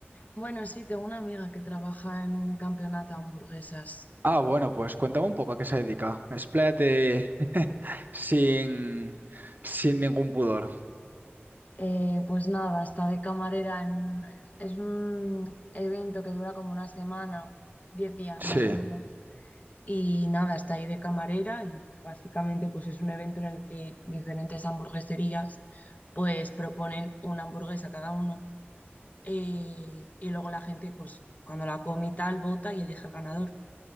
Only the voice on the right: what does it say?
Ah, bueno, pues cuéntame un poco a qué se dedica. Expláyate <laughs> sin, sin ningún pudor.
Sí.